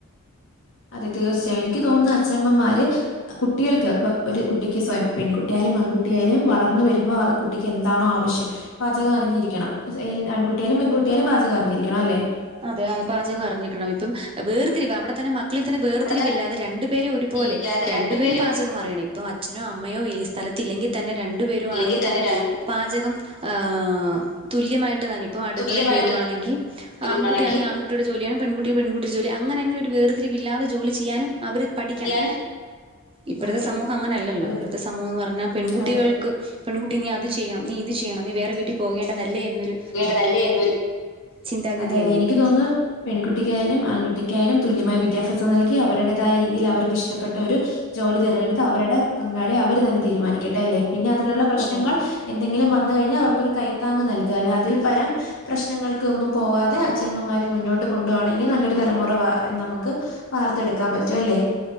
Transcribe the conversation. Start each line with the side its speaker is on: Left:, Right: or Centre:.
Left: അതെ തീർച്ചയായും എനിക്ക് തോന്നുന്നു അച്ഛനമ്മമാര് കുട്ടികൾക്ക് ഇപ്പൊ ഒരു കുട്ടിക്ക് സ്വയം പെൺകുട്ടിയായാലും ആൺകുട്ടിയാലും വളർന്ന് വരുമ്പോ ആ കുട്ടിക്ക് എന്താണോ ആവശ്യം പാചകം അറിഞ്ഞിരിക്കണം ആൺകുട്ടിയാലും പെൺകുട്ടിയാലും പാചകം അറിഞ്ഞിരിക്കണം അല്ലേ
Right: അതെ ആഹ്‌ പാചകം അറിഞ്ഞിക്കണം ഇപ്പം വേർതിരിവ് അവിടെ തന്നെ മക്കളിൽ തന്നെ വേർതിരിവില്ലാതെ
Left: അവിടെ തന്നെ
Right: രണ്ടുപേരെ ഒരുപോലെ
Left: ഇല്ലാതെ
Right: രണ്ടുപേരും
Left: രണ്ടു പേരും
Right: പാചകം അറിയണം ഇപ്പൊ അച്ഛനോ അമ്മയോ ഈ സ്ഥലത്തില്ലെങ്കിൽ തന്നെ രണ്ടു പേരും
Left: ഇല്ലെങ്കിൽ
Right: ആണെങ്കിൽ തന്നെ
Left: രണ്ടും
Right: പാചകം ആഹ് തുല്യമായിട്ട് തന്ന ഇപ്പൊ അടുക്കളെ
Left: തുല്യമായിട്ട്
Right: കയറുവാണെങ്കിൽ
Left: കയറുകയാണെങ്കിൽ
Right: ആൺകുട്ടിയാണങ്കിൽ ആൺകുട്ടിയുടെ ജോലിയാണ് പെൺകുട്ടിയാണെ പെൺകട്ടിടെ ജോലി അങ്ങനെങ്ങനെ ഒരു വേർതി രിവ് ഇല്ലാതെ ജോലി ചെയ്യാനും അവര് പഠിക്കണം
Left: ചെയ്യാനും
Right: ഇപ്പഴത്തെ
Left: അതെ
Right: സമൂഹം അങ്ങനെല്ലല്ലോ
Left: അത്
Right: ഇപ്പഴത്തെ സമൂഹംന്ന് പറഞ്ഞാൽ പെൺകുട്ടികൾക്ക്
Left: അതെ
Right: പെൺകുട്ടി നീ അത് ചെയ്യണം നീ ഇത് ചെയ്യണം നീ വേറെ വീട്ടിൽ പോകേണ്ടതല്ലേ എന്നൊരു
Left: ല്ലെ എന്നൊരു
Right: ചിന്താഗതിയല്ലേ
Left: അതെ അതെ എനിക്ക് തോന്നുന്നു പെൺകുട്ടിക്കായാലും ആൺകുട്ടിക്കായാലും തുല്യമായ വിദ്യാഭ്യാസം നൽകി അവരുടേതായ രീതിയിൽ അവർക്ക് ഇഷ്ടപ്പെട്ട ഒരു ജോലി തിരഞ്ഞെടുത്ത് അവരുടെ പങ്കാളി അവര് തന്നെ തീരുമാനിക്കട്ടെ അല്ലേ പിന്നെ അതിലുള്ള പ്രശ്നങ്ങൾ
Right: അതെ അതെ
Left: എന്തെങ്കിലും വന്ന കഴിഞ്ഞാ അവർക്കരു കൈത്താങ് നൽകുകല്ല അതിൽ പരം പ്രശ്നങ്ങൾക്ക് ഒന്നും പോവാതെ അച്ഛനമ്മമാര് മുന്നോട്ട് കൊണ്ടുവാണെങ്കിൽ നല്ലൊരു തലമുറ വാ നമുക്ക് വാർത്തെടുക്കാൻ പറ്റും അല്ലേ